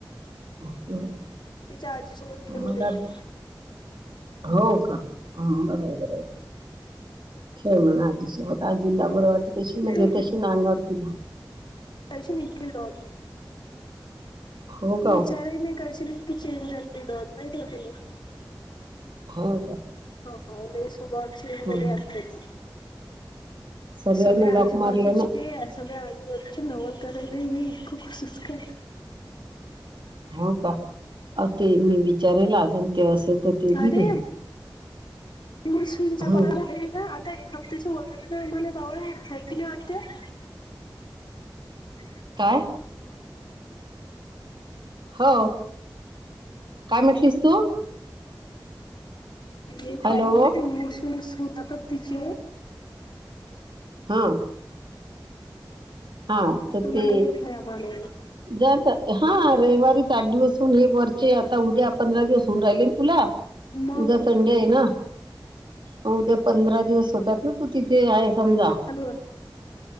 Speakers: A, on the right; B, on the left.
A: आहे
B: तिच्या आजी सोबत खेळू
A: मला
B: दे
A: वाटलं
B: की.
A: हो का हम्म बरं आहे बरं आहे खेळ म्हणा आजी सोबत आजीला बरं वाटतं तशी ना
B: तू
A: घे तशी ना अंगावर तिला
B: पैशी नी इतकी. <unintelligible>
A: हो
B: तू
A: का हो
B: विचार ही नाही करशील इतकी चेंज झालेली डॉट माहितिय की नाही.
A: हो का.
B: हो नाही सुभाव चेंज
A: हम्म
B: झाली आत्याची.
A: सगळ्यांनी
B: सगळ्या
A: लॉक
B: आजूबाजूचे
A: मारले ना
B: अस सगळ्या आजूबाजूचे नवल करायला हे इतकं कसंच काय
A: हो का अते मी विचारेल अजून ते असेल तर ते बी
B: अरे
A: दे.
B: <unintelligible>
A: हम्म
B: <inaudible>
A: काय
B: <inaudible> <inaudible>
A: हो काय म्हटलीस तू
B: ते
A: हॅलो
B: काय नाय ते मूड स्विंग्स होतात तिचे.
A: हांव. हा तर
B: म्हणे
A: ते
B: रे आम्हाला
A: जाता हा रविवारीच आठ दिवस होन एक वर चे आता उद्या पंधरा दिवस होऊन राहिले ना तुला
B: मग
A: उद्या संडे आहे ना. म उद्या पंधरा दिवस होतात ना तू तिथे आहे समजा.
B: <unintelligible>